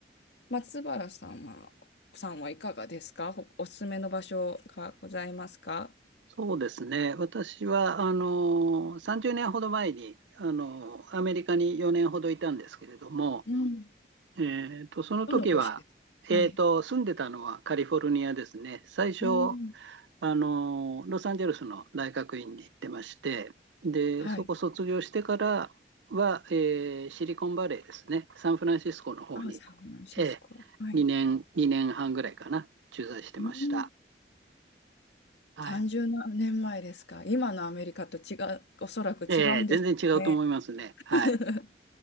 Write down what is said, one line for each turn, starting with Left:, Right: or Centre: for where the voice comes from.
Left: 松原さんは、さんはいかがですかほおすすめの場所がございますか
Right: そうですね。私は、あの、30年ほど前に、あの、アメリカに4年ほどいたんですけれども、
Left: うん、
Right: えっと、その時は、
Left: どの都市ですかはい。
Right: えっと、住んでたのはカリフォルニアですね。最初、
Left: うん、
Right: あの、ロサンゼルスの大学院に行ってまして、で、
Left: はい。
Right: そこ卒業してからは、えーシリコンバレーですね、サンフランシスコの方に、
Left: あ、サンフランシスコ。
Right: えー、
Left: はい。
Right: 2年、2年半ぐらいかな、駐在してました。
Left: うん。
Right: はい。
Left: 30年前ですか。今のアメリカと違う、おそらく違うんでしょうね。
Right: えー全然違うと思いますね。
Left: <laughs>
Right: はい。